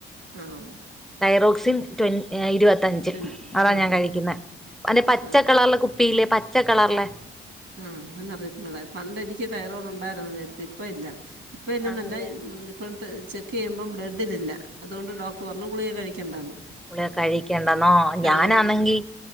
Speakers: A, on the right (about 75°); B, in the centre.
A: ആഹ്.
B: തൈറോക്സിൻ റ്റൊൻ ഇരുപത്തഞ്ച്
A: ട്വൻ്റി
B: അതാ
A: ആഹ്
B: ഞാൻ
A: ആഹ്
B: കഴിക്കുന്നേ. അന്റെ പച്ച
A: ആഹ്
B: കളറില കുപ്പില്ലേ പച്ച കളറിലെ.
A: ആഹ് ഞാനഅറിയത്തിലട പണ്ട് എനിക്ക് തയറോടു ഉണ്ടായിരുന്നു നേരത്തെ ഇപ്പ ഇല്ല. ഇപ്പ എല്ലാം
B: ആണല്ലേ
A: നല്ല ഇപ്പഴ്ത്തെ ചെ ക്ക്യ്യുമ്പം ബ്ളഡിലില്ല അതുകൊണ്ട് ടോക്ടർ പറഞ്ഞു കുളിക കഴിക്കണ്ടാന്ന്.
B: ഉള കഴിക്കണ്ടെന്നോ
A: കഴിയുന്ന
B: ഞാനാണെങ്കി